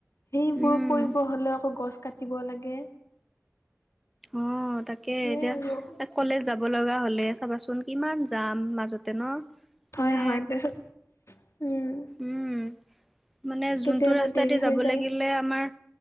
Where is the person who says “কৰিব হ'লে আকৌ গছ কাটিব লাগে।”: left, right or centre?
Left